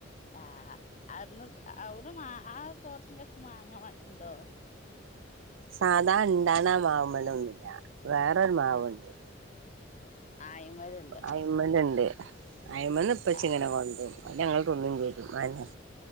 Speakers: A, on the left (about 40°); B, on the right (about 90°).
A: ആഹ് അന്ന് അവിടെ മാ ആ തോട്ടിന്റെ ട്ത്ത് മാങ്ങാ ഇണ്ടോ
B: സാധാ ഇണ്ടാവ്ണേ മാവ്മലൊന്നുല്ല വേറൊരു മാവുണ്ട്
A: ആഹ് ആഹ് അയിമേലുണ്ട്
B: അയ്മല് ഇണ്ട് അയ്മന്ന് ഇപ്പച്ചിങ്ങനെ
A: ആഹ്
B: കൊണ്ടരും അഅ് ഞങ്ങള് തിന്നും ചെയ്യും അഅ്ന്നെ